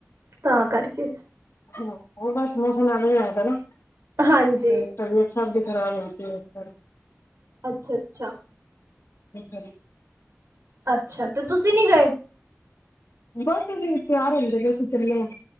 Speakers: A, on the right; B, on the left.
A: ਤਾਂ ਕਰਕੇ।
B: ਹੋਰ ਬਸ ਮੌਸਮ ਐਵੇਂ ਹੋਇਆ ਦਾ ਨਾ।
A: ਹਾਂਜੀ।
B: ਤੇ ਤਬੀਅਤ ਸਭ ਦੀ ਖਰਾਬ ਹੋਈ ਪਈ ਏ, ਇਸ ਕਰਕੇ।
A: ਅੱਛਾ- ਅੱਛਾ।
B: ਇਸੇ ਲਈ
A: ਅੱਛਾ ਅੱਛਾ ਤੇ ਤੁਸੀਂ ਨੀ ਗਏ।
B: ਬਸ ਅਸੀਂ ਵੀ ਤਿਆਰ ਹੁੰਦੇ ਪਏ ਸੀ, ਅਸੀਂ ਚੱਲੇ ਆ।